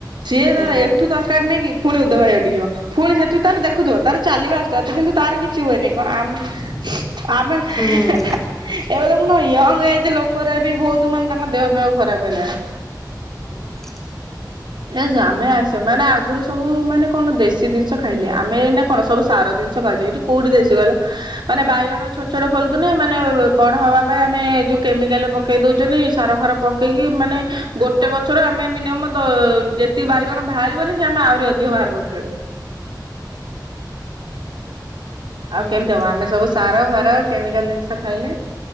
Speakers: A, on the right; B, in the centre.
A: ସିଏ
B: ହୁଁ
A: ତର ଏଠୁ ତରକାରୀ ନେଇକି ପୁଣି ଭଯିବ ଫୁଣି ସେଠୁ ତାର ଦେଖ ଚାଲିବା ଆସ୍ତେ ଆସ୍ତେ କିନ୍ତୁ ତାର କି ଛି ହୁଏନି କଣ ଆମେ ଆମେ
B: ହୁଁ
A: ଏବେ ଦେଖୁନ ୟଙ୍ଗ ଏଜ ଲୋକ ଖୋରା ବି ବହୁତ ମାନେ ତାଙ୍କ ଦେହ ଫେହ ଖରାପ ହେଲାଣି।
B: ହଁ ବା। <inaudible>
A: ଏ ଝିଅ ଆମେ ସେମାନେ ଆଗରୁ ସବୁ ମାନେ କଣ ଦେଶୀ ଜିନିଷ ଖାଇଲେ ଆମେ ଏଇନା କଣ ସବୁ ସାର ଜିନିଷ ଖାଉଚେ ଏଠି କୋଉଠି ଦେଶି କହିଲ ମାନେ ବାଇଗଣ ଛୋଟ ଛୋଟ ଫଳୁ ଛନ୍ତି ମାନେ ବଡ ନ ପାଇଁ ଆମେ ଯୁ କେମିକାଲ ପକେଇ ଦଉଛନ୍ତି ସାର ଫାର ପକେଇକି ମାନେ ଗୋଟେ ଗଛରୁ ଆମେ ମିନିଅମ ଯେତିକି ବାଇଗଣ ବାହାରିବନି ସେ ଆମେ ଆହୁରି ଅଧିକ ବାହାର କରୁଛନ୍ତି।
B: ହୁଁ
A: ଆଉ କେମତି ହବ ଆମେ ସବୁ ସାର ଫାର କେମିକାଲ ଜିନିଷ ଖାଇଲେ।